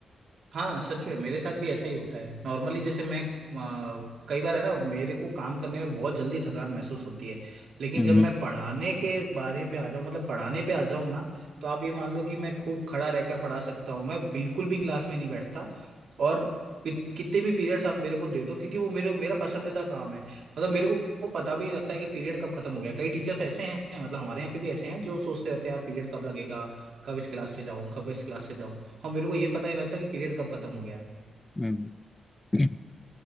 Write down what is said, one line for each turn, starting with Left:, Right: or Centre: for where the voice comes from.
Right: हाँ सच में मेरे साथ भी ऐसा ही होता है नॉर्मली जैसे मैं अ, कई बार है ना मेरे को काम करने में बहुत जल्दी थकान महसूस होती है लेकिन
Left: हम्म
Right: जब मैं पढ़ाने के बारे पे आ जाऊँ मतलब पढ़ाने पे आ जाऊँ ना तो आप ये मान लो कि मैं खूब खड़ा रहकर पढ़ा सकता हूँ मैं बिल्कुल भी क्लास में नहीं बैठता और कित- कितने भी पीरियड्स आप मेरे को दे दो क्योंकि वो मेरे मेरा पसंदीदा काम है मतलब मेरे को को पता भी नहीं लगता है कि पीरियड कब खत्म हो गया कई टीचर्स ऐसे हैं मतलब हमारे यहाँ पे भी ऐसे हैं जो सोचते रहते हैं यार पीरियड कब लगेगा कब इस क्लास से जाऊं कब इस क्लास से जाऊं और मेरे को ये पता ही नहीं लगता कि पीरियड कब खत्म हो गया
Left: हम्म हम्म।